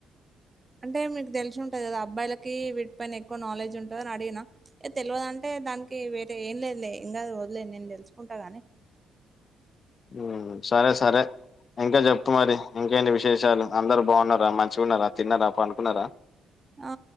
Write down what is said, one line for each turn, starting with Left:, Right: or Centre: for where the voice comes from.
Right: అంటే మీకు తెలిసు ఉంటది కదా అబ్బాయిలకి వీటి పైన ఎక్కువ నాలెడ్జ్ ఉంటంది అని అడిగిన తెలవదు అంటే దానికి కి వేరే ఏం లేదులే ఇంకా వదిలేదు నేను తెలుసుకుంటా గాని
Left: ఉ సరే సరే ఇంకా చెప్తు మరి ఇంకేంటి విశేషాలు అందరు బాగున్నారా మంచిగాన్నారా తిన్నారా పనుకున్నారా
Right: ఆ